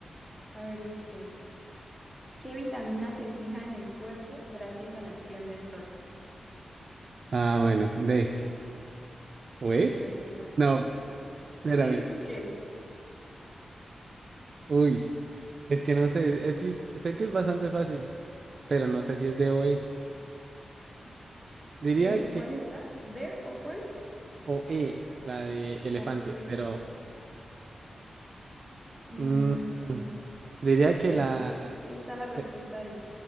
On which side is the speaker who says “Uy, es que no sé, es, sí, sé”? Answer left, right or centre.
Right